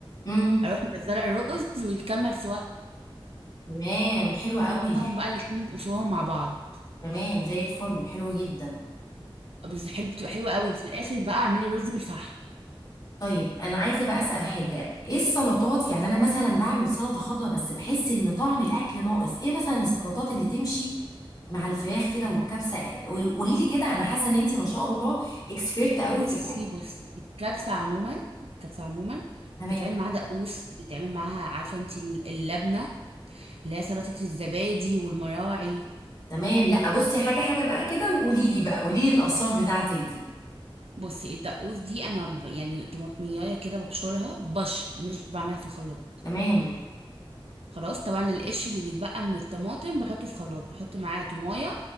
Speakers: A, on the left; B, on the right.
A: امم
B: اروح منزله الرز ويكمل سواهم
A: تمام حلوة قوي
B: بقى الاتنين يبقوا سواهم مع بعض
A: تمام زي الفل حلوة جدا
B: بس حلو بتبقى حلوه قوي وفي الاخر بقى اعملي رز بالفحم
A: طيب انا عايزة بقى اسأل حاجة ايه السلطات يعني انا مثلا بعمل سلطة خضراء بس بحس ان طعم الاكل ناقص ايه مثلا السلطات اللي تمشي مع الفراخ كده والكبسة قولي لي كده انا حاسة ان انتي ما شاء الله اكسبيرت قوي
B: بصي
A: في الاكل
B: بصي الكبسة عموما الكبسة عموما
A: تمام
B: بيتعمل معاها دقوس بيتعمل معاها عارفة انت اللبنة اللي هي سلطة الزبادي والمراعي
A: تمام لا بصي حاجة حاجة بقى كده وقولي لي بقى قولي لي الاسرار بتاعتك دي
B: بصي الدقوس دي انا ب- يعني طماطمية كده ببشرها بشر مش بعملها في الخلاط
A: تمام
B: خلاص طبعا القش اللي بيتبقى من الطماطم بحطه في خلاط بحط معاه تومايه